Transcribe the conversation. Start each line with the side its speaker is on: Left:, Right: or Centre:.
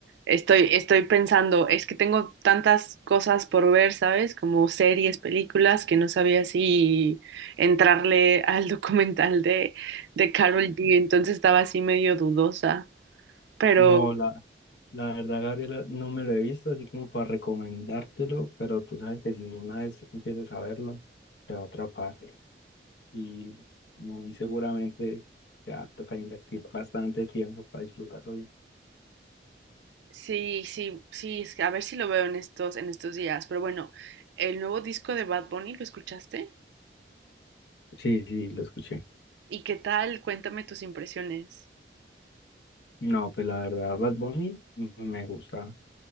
Right: Estoy, estoy pensando, es que tengo tantas cosas por ver, ¿sabes? Como series, películas, que no sabía si entrarle <laughs> al documental de, de Karol G, entonces estaba así medio dudosa. Pero
Left: No, la, la verdad, Gabriela, no me lo he visto, así como para recomendártelo, pero tú sabes que si una vez empieces a verlo, te va a atrapar y muy seguramente te va a tocar invertir bastante tiempo para disfrutarlo bien.
Right: sí, sí, sí, es que a ver si lo veo en estos, en estos días. Pero bueno, el nuevo disco de Bad Bunny, ¿lo escuchaste?
Left: Sí, sí, lo escuché.
Right: ¿Y qué tal? Cuéntame tus impresiones.
Left: No, pues la verdad, Bad Bunny me gusta,